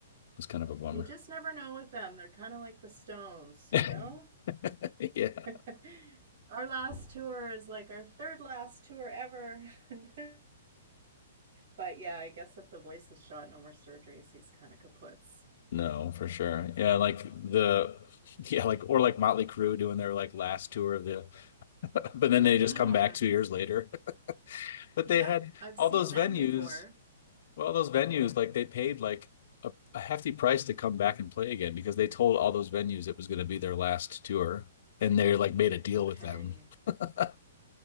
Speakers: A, on the left; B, on the right.
A: it's kind of a bummer.
B: You just never know with them. They're kind of like the Stones,
A: <laughs>
B: you know?
A: Yeah.
B: <laughs> Our last tour is like our third last tour ever. <laughs> But yeah, I guess if the voice is shot, no more surgeries, he's kind of kaputs.
A: No, for sure. Yeah, like the <laughs> yeah, like or like Motley Crue doing their like last tour of the <laughs> but then they
B: Yeah.
A: just come back two years later. <laughs> But
B: Yep.
A: they had
B: I've seen
A: all those
B: them
A: venues
B: before.
A: Well, those venues, like they paid like a, a hefty price to come back and play again because they told all those venues it was going to be their last tour, and they like made a deal
B: Okay.
A: with them. <laughs>